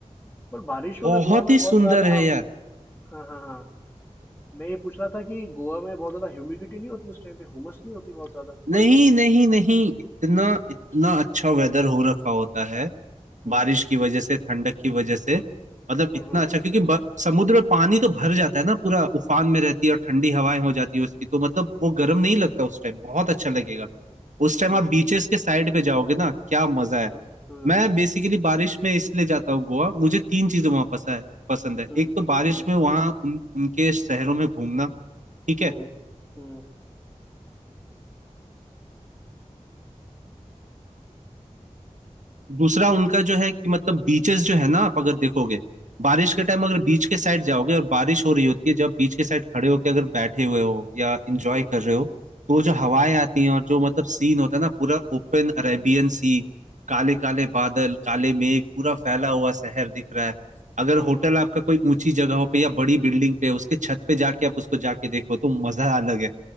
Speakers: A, on the left (about 15°); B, on the right (about 75°).
A: पर बारिशों
B: बहुत
A: में गोवा में
B: ही
A: बहुत
B: सुंदर
A: ज्यादा
B: है यार
A: हाँ हाँ हाँ मैं ये पूछ रहा था कि गोवा में बहुत ज्यादा ह्यूमिडिटी नहीं होती उस टाइम पे हुमस नहीं होती बहुत ज्यादा
B: नहीं
A: बारिशों में
B: नहीं नहीं इतना इतना
A: अच्छा
B: अच्छा वेदर हो रखा होता है
A: हम्म
B: बारिश की वजह से ठंडक की वजह से मतलब
A: हम्म
B: इतना
A: हम्म हम्म,
B: अच्छा
A: हम्म, हम्म।
B: क्योंकि ब- समुद्र में पानी तो भर जाता है ना पूरा उफान में रहती है और ठंडी हवाएं हो जाती है उसकी तो मतलब वो गर्म नहीं लगता उस टाइम बहुत अच्छा लगेगा
A: बिल्कुल
B: उस टाइम
A: बिल्कुल
B: आप बीचेस
A: बिल्कुल
B: के साइड पे जाओगे ना क्या मजा है
A: हम्म
B: मैं बेसिकली बारिश में इसलिए जाता हूँ गोवा मुझे तीन चीजें वहां पसंद है पसंद है
A: हम्म
B: एक तो बारिश
A: हम्म
B: में वहां उन उनके शहरों में घूमना ठीक है
A: हम्म हम्म
B: दूसरा उनका जो है कि मतलब बीचेस जो है ना आप अगर देखोगे बारिश के टाइम अगर बीच के साइड जाओगे और बारिश हो रही होती है जब बीच के साइड खड़े होके अगर बैठे हुए हो या इंजॉय
A: हम्म
B: कर रहे हो तो जो हवाएं
A: हम्म हम्म हम्म
B: आती हैं और जो मतलब सीन होता है ना पूरा ओपन अरेबियन सी काले काले बादल काले मेघ पूरा फैला हुआ शहर दिख रहा है अगर
A: हम्म
B: होटल
A: हम्म
B: आपका कोई ऊंची जगहों पे या बड़ी बिल्डिंग पे उसके छत पे जाके आप उसको जाके देखो तो मजा अलग है